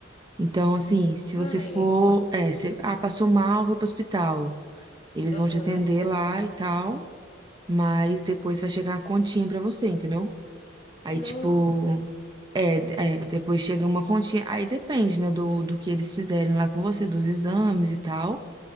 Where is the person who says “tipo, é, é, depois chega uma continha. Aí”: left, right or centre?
Right